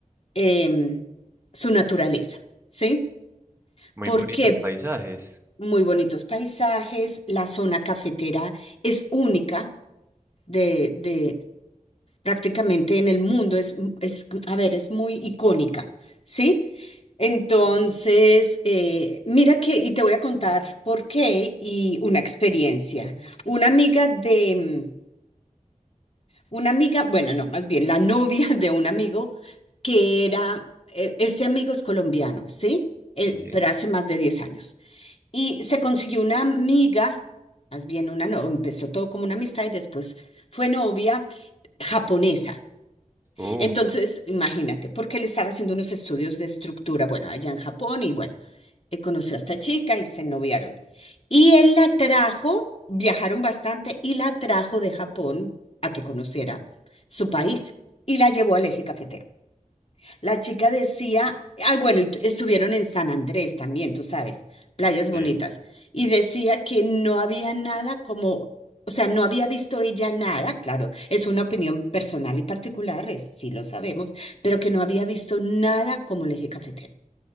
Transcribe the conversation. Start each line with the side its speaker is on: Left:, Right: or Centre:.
Left: em, su naturaleza, ¿sí?
Right: Muy
Left: Porque
Right: bonitos paisajes.
Left: muy bonitos paisajes, la zona cafetera es única de, de prácticamente en el mundo es, mm, es, mm, a ver, es muy icónica, ¿sí? Entonces, eh, mira que, y te voy a contar por qué y una experiencia. Una amiga de, mm, una amiga, bueno, no, más bien la novia <laughs> de un amigo que era, eh, este amigo es colombiano, ¿sí? Eh,
Right: Sí.
Left: pero hace más de 10 años. Y se consiguió una amiga, más bien una, no, empezó todo como una amistad y después fue novia japonesa.
Right: Uh,
Left: Entonces, imagínate, porque él estaba haciendo unos estudios de estructura, bueno, allá en Japón, y bueno, eh, conoció a esta chica y se noviaron. Y él la trajo, viajaron bastante, y la trajo de Japón a que conociera su país, y la llevó al eje cafetero. La chica decía, ah, bueno, y tu- estuvieron en San Andrés también, tú sabes, playas bonitas,
Right: sí.
Left: y decía que no había nada como, o sea, no había visto ella nada, claro, es una opinión personal y particular, es- sí lo sabemos, pero que no había visto nada como el eje cafetero.